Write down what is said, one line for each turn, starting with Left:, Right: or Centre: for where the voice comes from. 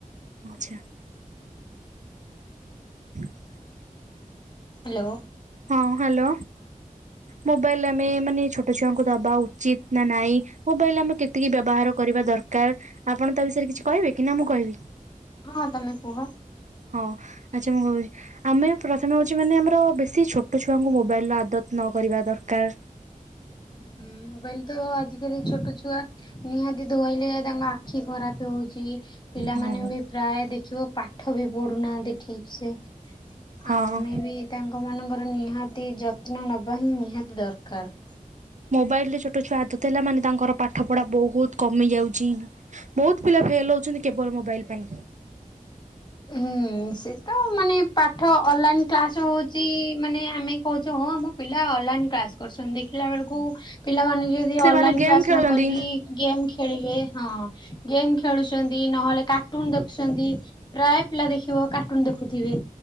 Right: ଆଚ୍ଛା। <inaudible>
Left: ହାଲୋ।
Right: ହଁ ହାଲୋ। ମୋବାଇଲ୍ ଆମେ ମାନେ ଛୋଟ ଛୁଆଙ୍କୁ ଦବା ଉଚିତ୍ ନା ନାଇଁ ମୋବାଇଲ୍ ଆମେ କେତିକି ବ୍ୟବହାର କରିବା ଦରକାର୍ ଆପଣ ତା ବିଷୟରେ କିଛି କହିବେ କି ନାଁ ମୁଁ କହିବି?
Left: ହଁ ତମେ କୁହ।
Right: ହଁ ଆଚ୍ଛା ମୁଁ କହୁଚି ଆମେ ପ୍ରଥମେ ହଉଚି ମାନେ ଆମର ବେ ଏତେ ଛୋଟ ଛୁଆଙ୍କୁ ମୋବାଇଲ୍ ର ଆଦତ୍ ନ କରିବା ଦରକାର୍।
Left: ହୁଁ ମୋବାଇଲି ତ ଆଜିକାଲି ଛୋଟ ଛୁଆ ନିହାତି ଧୋଇଲେ ତାଙ୍କ ଆଖି ଖରାପେ ହଉଚି ପିଲାମାନେ
Right: ହଁ
Left: ବି ପ୍ରାୟ ଦେଖିବ ପାଠ ବି ପଢୁନାହାନ୍ତି ଠିକ୍ ସେ।
Right: ହଁ
Left: ଆମେ ବି ତାଙ୍କ ମାନଙ୍କର ନିହାତି ଯତ୍ନ ନବା ହିଁ ନିହାତି ଦରକାର୍।
Right: ମୋବାଇଲ୍ ରେ ଛୋଟ ଛୁଆ ହାତ ଥୋଇଲା ମାନେ ତାଙ୍କର ପାଠ ପଢ଼ା ବହୁତ୍ କମି ଯାଉଚି। ବହୁତ୍ ପିଲା ଫେଲ୍ ହଉଚନ୍ତି କେବଳ ମୋବାଇଲ୍ ପାଇଁ।
Left: ହୁଁ ସେ ତ ମାନେ ପାଠ ଅନଲାଇନ୍ କ୍ଲାସ୍ ହଉଚି ମାନେ ଆମେ କହୁଚୁ ହଁ ଆମ ପିଲା ଅନଲାଇନ୍ କ୍ଲାସ୍ କରୁଚନ୍ତି ଦେଖିଲା ବେଳକୁ ପିଲା ମାନେ ଯଦି
Right: ସେମାନେ
Left: ଅନଲାଇନ୍
Right: ଗେମ୍
Left: କ୍ଲାସ୍
Right: ଖେଳୁଛନ୍ତି
Left: ନ କରିକି ଗେମ୍ ଖେଳିବେ ହଁ ଗେମ୍ ଖେଳୁଚନ୍ତି ନହେଲେ କାର୍ଟୁନ୍ ଦେଖୁଚନ୍ତି। ପ୍ରାୟ ପିଲା ଦେଖିବ କାର୍ଟୁନ୍ ଦେଖୁଥିବେ